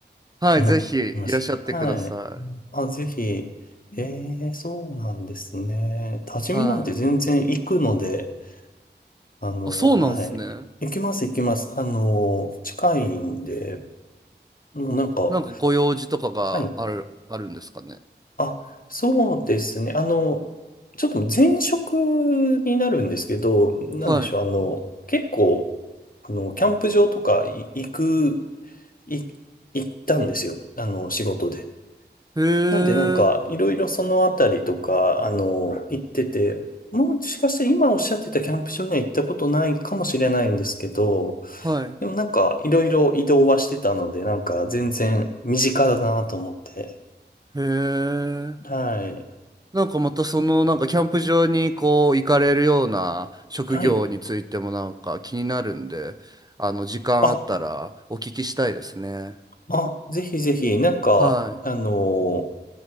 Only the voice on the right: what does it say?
はい、
ぜひいらっしゃってください。
はい。
あ、そうなんですね。
なんかご用事とかがある、
あるんですかね。
はい。
へえ。
はい。
へえ。
なんかまたそのなんかキャンプ場にこう行かれるような職業についてもなんか気になるんで、
あの時間あったらお聞きしたいですね。
はい。